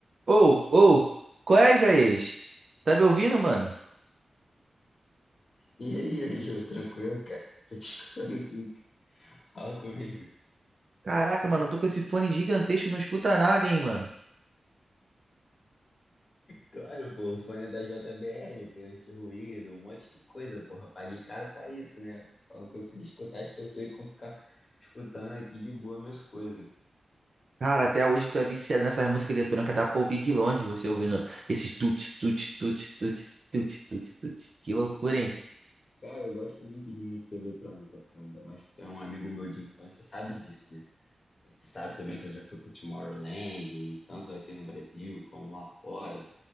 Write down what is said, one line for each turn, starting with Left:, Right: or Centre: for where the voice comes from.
Right: Ou, ou, qual é, Isaías? Tá me ouvindo, mano?
Left: E aí, Ângelo, tranquilo, cara? Tô te escutando assim, fala comigo.
Right: Caraca, mano, eu tô com esse fone gigantesco, e não escuta nada, hein, mano?
Left: Claro, pô, o fone é da JBL, tem anti-ruído, um monte de coisa, porra. Paguei caro pra isso, né? Pra não conseguir escutar as pessoas e como ficar escutando aqui de boa minhas coisas.
Right: Cara, até hoje tu é viciado nessa música eletrônica, dá pra ouvir de longe você ouvindo esses tut, tut, tut, tut, tut, tut, tut. Que loucura, hein?
Left: Cara, eu gosto muito de música eletrônica, pô, ainda mais que tu é um amigo meu de infância, sabe disso, né? Você sabe também que eu já fui pro Tomorrowland, tanto aqui no Brasil como lá fora.